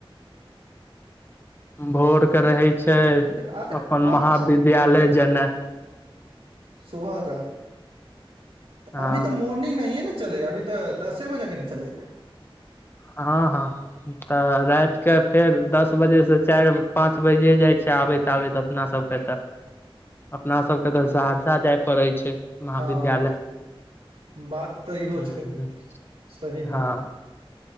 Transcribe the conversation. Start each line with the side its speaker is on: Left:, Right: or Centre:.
Left: भोर के रहे छै
Right: तब तऽ दिक्कत अच्छा
Left: अपन
Right: ऑनलाइन
Left: महाविद्यालय जेनाइ।
Right: सुबह कऽ
Left: हँ
Right: अभी तऽ मोट मर्निंग नै ने चलैये अभी तऽ दसे बजे के नै चलैया।
Left: हँ हँ तऽ राइत के फेर दस बजे से चैर पाँच बाइजिये जाय छै। छै आबैत- आबैत अपना सबके तऽ। अपना सबके तऽ सहरसा जाय पड़ै छै महाविद्यालय।
Right: हँ बात तऽ इहो
Left: हूँ
Right: छै सही
Left: हँ
Right: मे।